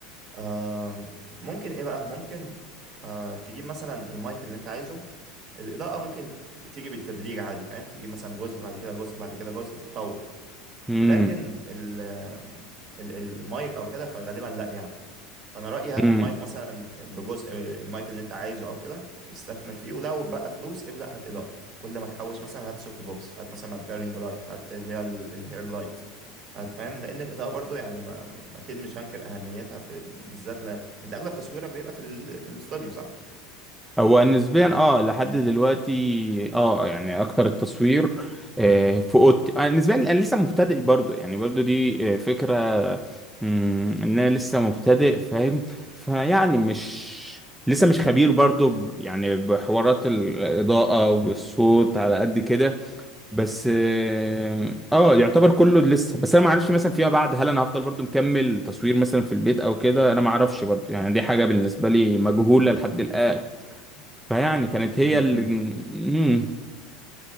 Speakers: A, on the right; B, in the centre.
A: آه ممكن ايه بقى ممكن آه تجيب مثلا المايك اللي انت عايزه الاضاءه ممكن ت- تيجي بالتدريج عادي فاهم تجيب مثلا جزء بعد كده جزء بعد كده جزء تتطور
B: امم
A: لكن ال ال- المايك او كده فغالبا لا يعني فانا رايي هات
B: امم.
A: المايك مثلا بجزء المايك اللي انت عايزه او كده استثمر فيه ولو بقى فلوس ابدا هات اضاءه كل ما تحوش مثلا هات سوفت بوكس هات مثلا بعد كده رينج لايت هات اللي هي ال- الهير لايت هات فاهم لان الاضاءه برضو يعني ما اكيد مش هنكر اهميتها في بالذات ل... انت اغلب تصويرك بيبقى في ال... في الاستوديو صح
B: هو نسبيا اه لحد دلوقتي اه يعني اكتر التصوير آه في اوضتي آه نسبيا انا لسه مبتدئ برضو يعني برضو دي آه، فكرة مم، ان انا لسه مبتدئ فاهم فيعني مش لسه مش خبير برضو ب- يعني بحوارات الاضاءة والصوت على قد كده بس اه آه، يعتبر كله لسه بس انا ما اعرفش مثلا فيما بعد هل انا هفضل برضو مكمل تصوير مثلا في البيت او كده انا ما اعرفش برضو يعني دي حاجه بالنسبه لي مجهوله لحد الان فيعني كانت هي
A: امم
B: اللي مم.